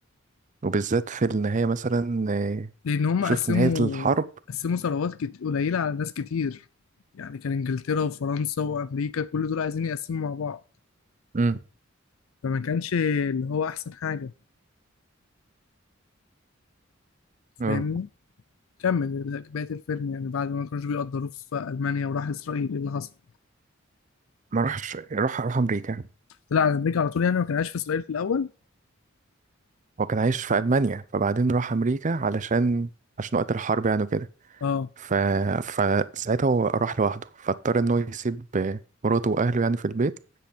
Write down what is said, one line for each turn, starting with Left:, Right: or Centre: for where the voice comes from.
Right: وبالذات في النهاية مثلا آه،
Left: لان هم
Right: شوف
Left: قسموا
Right: نهاية الحرب
Left: قسموا ثروات كت- قليلة على ناس كتير يعني كان انجلترا وفرنسا وامريكا كل دول عايزين يقسموا مع بعض
Right: امم
Left: فما كانش اللي هو احسن حاجة
Right: آه،
Left: فاهمني كمل بقية الفيلم يعني بعد ما ما كانوش بيقدروه في ألمانيا وراح إسرائيل إيه اللي حصل؟
Right: ما راحش راح راح أمريكا
Left: طلع على أمريكا على طول يعني ما كان عايش في إسرائيل في الأول؟
Right: هو كان عايش في ألمانيا فبعدين راح أمريكا علشان عشان وقت الحرب يعني وكده
Left: أه
Right: ف... فساعتها هو راح لوحده فاضطر إن هو يسيب آه، مراته وأهله يعني في البيت